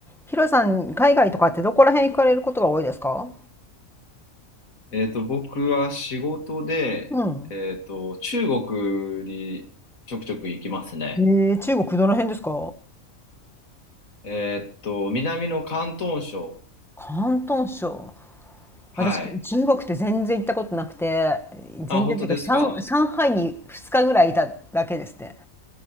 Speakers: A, in the centre; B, on the left.
A: ヒロさん、海外とかってどこら辺行かれることが多いですか
B: えっと、僕は仕事で、
A: うん。
B: えっと、中国にちょくちょく行きますね。
A: えー、中国どの辺ですか
B: えっと、南の広東省。
A: 広東省。
B: はい。
A: 私、中国って全然行ったことなくて、全然っていうか、
B: あ、本当ですか
A: 上、上海に2日ぐらいいただけですね。